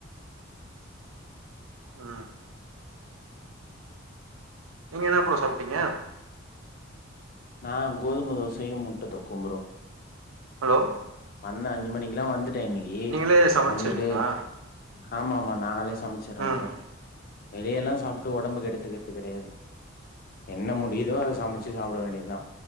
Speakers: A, on the right; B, on the left.
A: ம் நீங்க என்ன ஃப்ரோ சாப்ட்டீங்க
B: நா கோதும தோசையு முட்ட தொக்கும் ப்ரோ
A: ஹலோ
B: வந்தே அஞ்சு மணிக்கெல்லா வந்துட்டு ட்டே இன்னைக்கு
A: நீங்களே சமச்சிருங்களா
B: வந்துட்டு ஆமாமா நாங்களே சமைச்சிரோ
A: ம்
B: ப்ரோ வெளியலாம் சாப்ட்டு ஒடம்ப கெடுத்துக்கறது கெடயாது என்ன முடிதோ அத சமச்சு சாப்ட வேண்டியதுதா